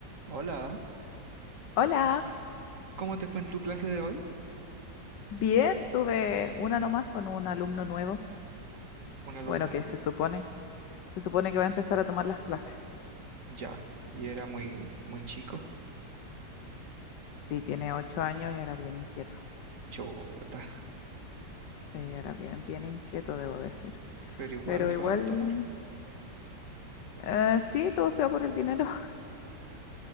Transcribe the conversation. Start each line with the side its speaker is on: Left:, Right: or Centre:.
Right: Hola,
Left: Hola,
Right: ¿cómo te fue en tu clase de hoy?
Left: bien, tuve una nomás con un alumno nuevo.
Right: ¿Un alumno
Left: Bueno, que
Right: nuevo?
Left: se supone, se supone que va a empezar a tomar las clases.
Right: Ya, y era muy, muy chico.
Left: Sí, tiene ocho años y era bien inquieto.
Right: Chota,
Left: Sí, era bien, bien inquieto, debo decir.
Right: pero igual
Left: Pero
Right: le
Left: igual,
Right: vas a tomar
Left: eh, sí, todo sea por el dinero. <laughs>